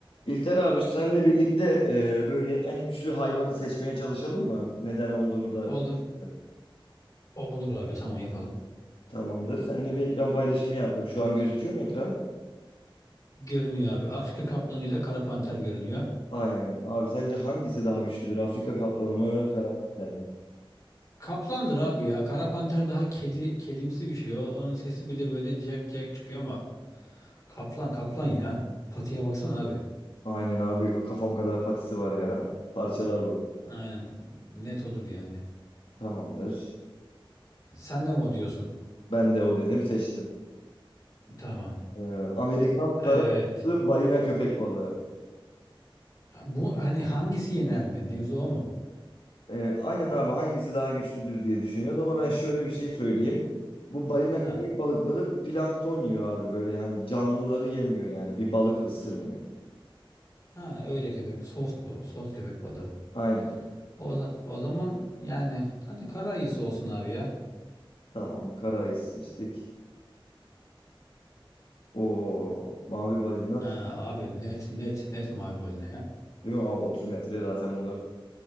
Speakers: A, on the left (about 75°); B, on the left (about 35°).
A: İlter abi senle birlikte e, böyle en güçlü hayvanı seçmeye çalışalım mı? Neden olduğunu da
B: Olur,
A: Bak,
B: olur abi tamam yapalım.
A: tamamdır. Seninle bir ekran paylaşımı yaptım. Şu an gözüküyor mu ekran?
B: Görünüyor abi. Afrika kaplanıyla kara panter görünüyor.
A: Aynen. Abi sence hangisi daha güçlüdür? Afrika kaplanı mı, karamanlar mı?
B: Kaplandır abi ya. Kara panter daha kedi kedimsi bir şey. O, onun sesi bile böyle ciyak ciyak çıkıyor ama kaplan kaplan ya. Patiye baksana abi.
A: Aynen abi kafam kadar patisi var ya. Parçalar bu.
B: Aynen. Net odur yani.
A: Tamamdır.
B: Sen de mi o diyorsun?
A: Ben de o dedim seçtim.
B: Tamam.
A: E, Amerikan kara
B: Evet.
A: balığı, balina köpek balığı.
B: Bu hani hangisi yener mi? Mevzu o mu?
A: Ee, aynen abi hangisi daha güçlüdür diye düşünüyoruz ama ben şöyle bir şey söyleyeyim. Bu balina
B: Ha.
A: köpek balıkları plankton yiyor abi böyle hani canlıları yemiyor yani bir balık ısırmıyor.
B: Ha öyle köpek. Soft bu. Soft köpek balığı.
A: Aynen.
B: O, za- o zaman yani hadi kara ayısı olsun abi ya.
A: Tamam karayı seçtik. O mavi balina
B: Ha,
A: tut
B: abi net net net mavi balina ya.
A: değil mi abi 30 metre zaten bunu